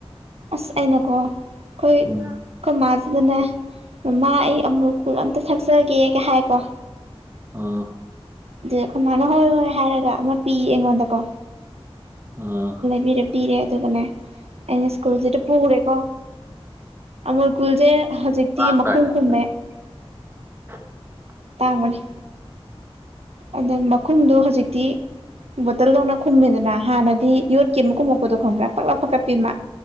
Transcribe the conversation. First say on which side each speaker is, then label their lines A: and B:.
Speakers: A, on the right; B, on the right.
A: ꯑꯁ ꯑꯩꯅꯀꯣ ꯑꯩꯈꯣꯏ ꯑꯩꯈꯣꯏ
B: ꯎꯝ
A: ꯃꯥ ꯑꯗꯨꯅ ꯃꯃꯥ ꯑꯩ ꯑꯃꯨ ꯀꯨꯜ ꯑꯝꯇ ꯊꯛꯆꯒꯦꯒ ꯍꯥꯏꯀꯣ
B: ꯑꯥ
A: ꯑꯗꯨꯗ ꯑꯩꯈꯣꯏ ꯃꯥꯅ ꯍꯣꯏ ꯍꯣꯏ ꯍꯥꯏꯔꯒ ꯑꯃ ꯄꯤꯌꯦ ꯑꯩꯉꯣꯟꯗꯀꯣ
B: ꯑꯥ
A: ꯕꯤꯔ ꯄꯔꯦ ꯑꯗꯨꯒꯅꯦ ꯑꯩꯅ ꯁ꯭ꯀꯨꯜꯁꯤꯗ ꯄꯨꯈꯔꯦꯀꯣ ꯑꯃꯨꯔꯀꯨꯜꯁꯦ ꯍꯧꯖꯤꯛꯇꯤ
B: ꯇꯥꯡꯗꯥꯏꯅꯦ
A: ꯃꯈꯨꯝ ꯈꯨꯝꯃꯦ
B: ꯑꯗꯨꯝ <inaudible>
A: ꯇꯥꯡꯃꯅꯦ ꯑꯗ ꯃꯈꯨꯝꯗꯣ ꯍꯧꯖꯤꯛꯇꯤ ꯕꯣꯇꯜꯗꯧꯅ ꯈꯨꯝꯃꯤꯗꯅ ꯍꯥꯟꯅꯗꯤ ꯌꯣꯠꯀꯤ ꯑꯃ ꯈꯨꯝꯃꯛꯄꯗꯣ ꯈꯪꯕ꯭ꯔꯥ ꯄꯛꯂꯞ ꯐꯀꯠꯄꯤꯃ